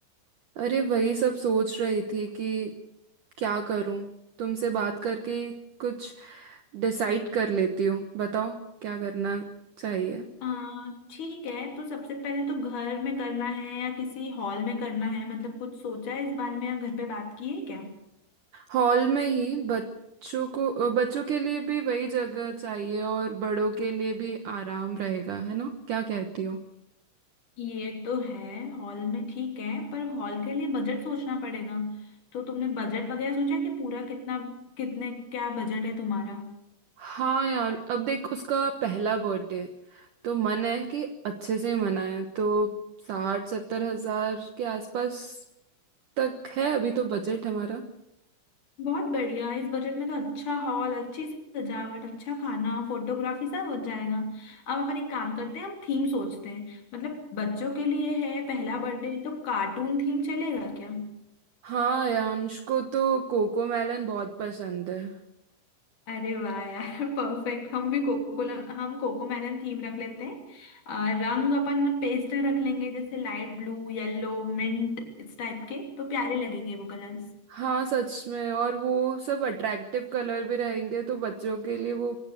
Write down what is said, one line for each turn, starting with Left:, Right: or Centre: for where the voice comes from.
Right: अरे वही सब सोच रही थी कि क्या करूँ तुमसे बात करके ही कुछ डिसाइड कर लेती हूँ बताओ क्या करना चाहिए
Left: आ, ठीक है तो सबसे पहले तो घर में करना है या किसी हॉल में करना है मतलब कुछ सोचा है इस बारे में या घर पे बात की है क्या
Right: हॉल में ही बच्चों को अ, बच्चों के लिए भी वही जगह चाहिए और बड़ों के लिए भी आराम रहेगा है ना क्या कहती हो
Left: ये तो है हॉल में ठीक है पर हॉल के लिए बजट सोचना पड़ेगा तो तुमने बजट वगैरह सोचा है कि पूरा कितना कितने क्या बजट है तुम्हारा
Right: हाँ यार अब देख उसका पहला बर्थडे तो मन है कि अच्छे से मनाए तो साठ सत्तर हजार के आसपास तक है अभी तो बजट हमारा
Left: बहुत बढ़िया इस बजट में तो अच्छा हॉल अच्छी सजावट अच्छा खाना फोटोग्राफी सब हो जाएगा अब अपन एक काम करते हैं हम थीम सोचते हैं मतलब बच्चों के लिए है पहला बर्थडे तो कार्टून थीम चलेगा क्या
Right: हाँ यांश को तो कोको मेलन बहुत पसंद है
Left: अरे वाह यार <laughs> परफेक्ट हम भी कोको हम कोको मैलन थीम रख लेते हैं अ, रंग अपन पेस्टल रख लेंगे जैसे लाइट ब्लू येलो मिंट इस टाइप के तो प्यारे लगेंगे वो कलर्स
Right: हाँ सच में और वो सब अट्रैक्टिव कलर भी रहेंगे तो बच्चों के लिए वो